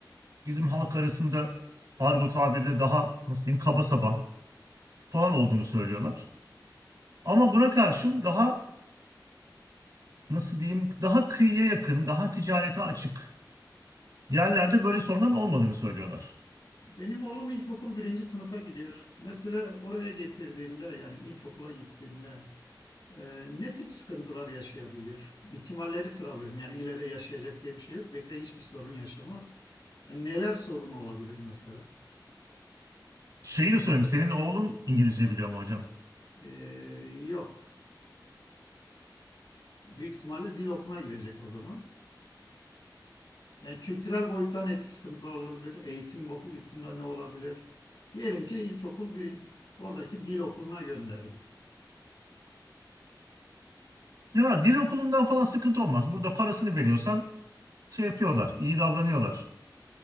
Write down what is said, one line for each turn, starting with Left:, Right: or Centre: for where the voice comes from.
Right: bizim halk arasında argo tabirde daha nasıl diyeyim kaba saba falan olduğunu söylüyorlar. Ama buna karşın daha nasıl diyeyim daha kıyıya yakın, daha ticarete açık yerlerde böyle sorunların olmadığını söylüyorlar.
Left: Benim oğlum ilkokul birinci sınıfa gidiyor. Mesela oraya getirdiğimde yani ilkokula gittiğinde e, ne tip sıkıntılar yaşayabilir? İhtimalleri sıralıyorum. Yani ileride yaşayacak diye bir şey yok. Belki de hiçbir sorun yaşamaz. Yani neler sorun olabilir mesela?
Right: Şeyi de sorayım, senin oğlun İngilizce biliyor mu hocam?
Left: E, yok. Büyük ihtimalle dil okuluna gidecek o zaman. Yani kültürel boyuttan net sıkıntılar olabilir. Eğitim boyutunda ne olabilir? Diyelim ki ilkokul bir, oradaki dil okuluna gönderdik.
Right: Ya dil okulundan falan sıkıntı olmaz. Burada parasını veriyorsan şey yapıyorlar, iyi davranıyorlar.